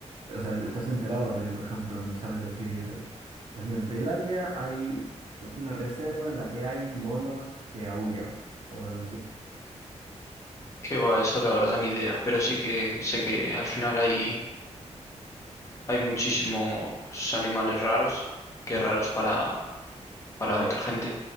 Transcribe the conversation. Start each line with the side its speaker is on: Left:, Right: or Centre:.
Right: O sea, estás enterado, rollo, por ejemplo, me sabes decir, pues mira, en Tailandia hay pues una reserva en la que hay monos que aúllan o algo así.
Left: Qué va, eso la verdad ni idea, pero sí que sé que al final hay, hay muchísimos animales raros, que
Right: Sí.
Left: raros para, para
Right: A ver,
Left: otra gente.